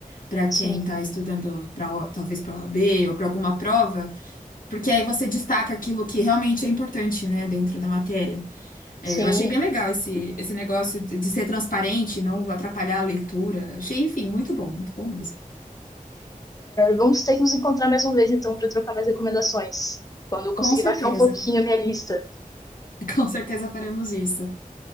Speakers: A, on the left; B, on the left.
A: para quem
B: Sim.
A: está estudando para talvez para o A B ou para alguma prova, porque aí você destaca aquilo que realmente é importante, né, dentro da matéria. É,
B: Sim,
A: eu achei bem legal esse, esse negócio de de ser transparente, não atrapalhar a leitura. Achei, enfim, muito bom, muito bom mesmo.
B: Vamos ter que nos encontrar mais uma vez, então, para trocar mais recomendações. Quando eu
A: Com
B: conseguir
A: certeza.
B: baixar um pouquinho a minha lista.
A: <laughs> Com certeza faremos isso.